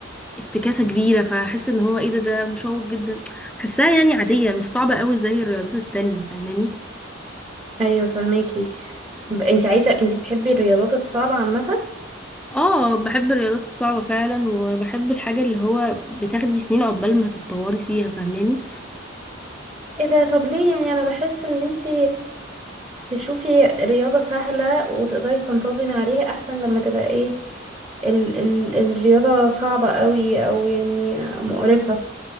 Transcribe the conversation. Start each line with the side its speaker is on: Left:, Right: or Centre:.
Centre: افتكاسه كبيره فاحس ان هو ايه ده ده مشوق جدا بحسها يعني عاديه مش صعبه قوي زي الرياضات التانية فاهماني
Right: ايوه فهماكي ب- انت عايزة انت بتحبي الرياضات الصعبة عامة
Centre: اه بحب الرياضات الصعبة فعلا وبحب الحاجة اللي هو بتاخدي سنين عقبال ما تتطوري فيها فاهماني
Right: ايه ده طب ليه يعني انا بحس ان انت تشوفي رياضة سهلة وتقدري تنتظمي عليها أحسن لما تبقى ايه ال ال الرياضة صعبة قوي أو يعني مقرفة